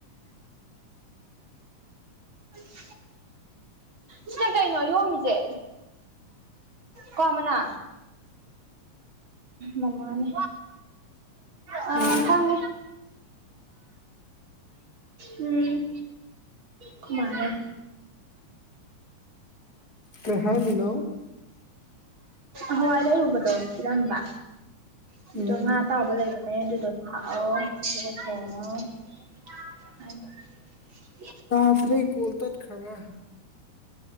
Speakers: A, on the left (about 30°); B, on the right (about 40°).
A: <inaudible>
B: <unintelligible> <inaudible> ꯁꯤꯗ ꯀꯩꯅꯣ ꯌꯣꯝꯃꯤꯁꯦ ꯀꯣ ꯑꯃꯅꯥ ꯃꯃꯥꯅꯦ ꯑ
A: ꯎꯝ
B: ꯈꯪꯉꯦ ꯎꯝ ꯀꯃꯥꯏꯅꯥ
A: ꯀꯩ ꯍꯥꯏꯔꯤꯅꯣ
B: ꯍꯋꯥꯏ ꯂꯩꯔꯨꯕꯗꯣ ꯄꯤꯔꯝꯕ ꯑꯗꯨꯗꯣ
A: ꯎꯝ
B: ꯉꯥ ꯑꯇꯥꯎꯕ ꯂꯩꯕꯅꯦ ꯑꯗꯨꯗꯣ ꯊꯥꯛꯑꯣ ꯑꯗꯨꯒ ꯊꯣꯡꯉꯣ <unintelligible>
A: ꯇꯥꯇ꯭ꯔ‌ꯦ ꯀꯣꯜ ꯇꯠꯈ꯭ꯔꯕꯔꯥ